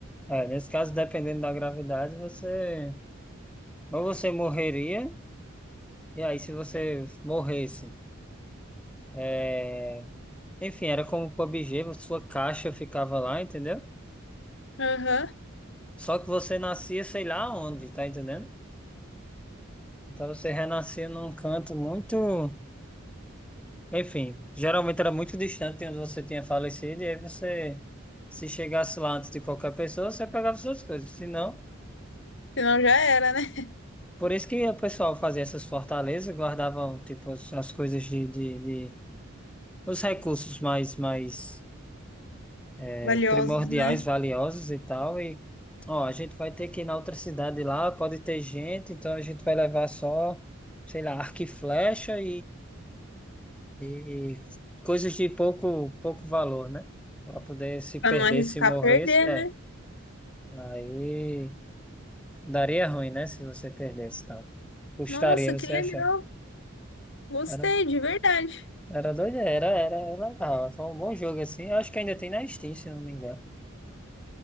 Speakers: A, in the centre; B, on the left.
A: É, nesse caso, dependendo da gravidade, você... Ou você morreria, e aí se você morresse... é, Enfim, era como o PUBG, sua caixa ficava lá, entendeu?
B: <laughs> Aham.
A: Só que você nascia sei lá onde, tá entendendo? Então você renascia num canto muito... Enfim, geralmente era muito distante de onde você tinha falecido, e aí você, se chegasse lá antes de qualquer pessoa, você pegava suas coisas. Se não,
B: Senão já era, né?
A: por isso que o pessoal fazia essas fortalezas, guardavam, tipo, as, as coisas de, de, de- os recursos mais, mais eh,
B: Valiosos,
A: primordiais,
B: né?
A: valiosos e tal, e, ó, a gente vai ter que ir na outra cidade lá, pode ter gente, então a gente vai levar só, sei lá, arco e flecha E coisas de pouco, pouco valor, né? Para poder se perder,
B: Pra não arriscar
A: se morresse,
B: perder,
A: é.
B: né?
A: Aí daria ruim, né? Se você perdesse, tá? Custaria
B: Nossa,
A: você
B: que legal.
A: achar.
B: Gostei,
A: Era,
B: de verdade.
A: era doido, era, era, era legal. Foi um bom jogo assim. Eu acho que ainda tem na Steam, se eu não me engano.